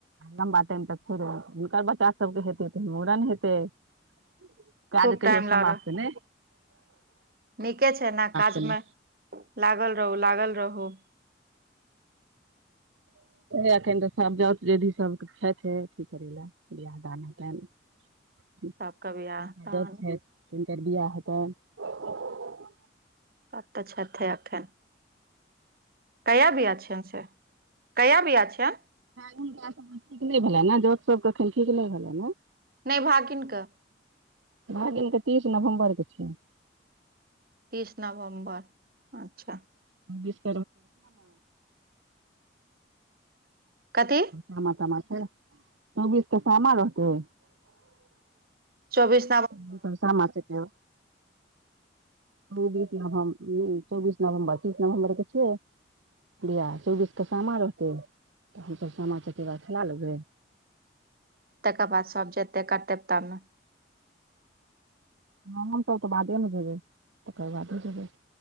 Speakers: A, on the right (about 80°); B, on the right (about 50°).
A: लम्बा टाइम तऽ फे हुनकर बच्चा सबके हेतै तऽ मूड़न हेतै <inaudible> काज
B: खूब
A: कहिओ
B: टाइम
A: समाप्त
B: लऽ रह
A: ने
B: नीके छै ने काज
A: नहि
B: मे लागल रहू लागल रहू
A: एखन तऽ सबत जाउत जेदी सब छैथे की करैले बियाह दान हैतैन <unintelligible>
B: सबके बियाह दान आब तऽ छेथे अखैन कहिया वियाह छैन से <inaudible> कहिया वियाह छैन
A: हुनका सबमे ठीक नहि भेलनि ने दोस्त सब एखन ठीक नहि भेलनि ने
B: नहि भागि किन कऽ
A: भागिन के तीस नभम्बर के छै
B: तीस नवम्बर अच्छ
A: <unintelligible>
B: कथी
A: सामा तामा छै चौबीस तऽ सामा रहतै
B: चौबिस
A: हम सब सामा चकेबा <unintelligible> बियाह चौबीस के सामा रहतै तऽ हमसभ सामा चकेवा खेला लेबे
B: तकर बाद सब जेते करतेबता मे
A: ह हमसभ तऽ बादे‌ मे जेबै तकर बादे जेबै